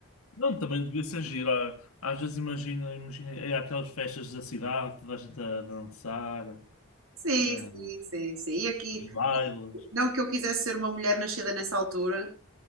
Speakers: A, on the left; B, on the right.
A: Não, também devia ser giro. Ah, Às vezes imagino, imagino é aquelas festas da cidade, toda a gente a dançar,
B: Sim,
A: ah,
B: sim, sim, sim. E aqui,
A: os bailes.
B: não que eu quisesse ser uma mulher nascida nessa altura,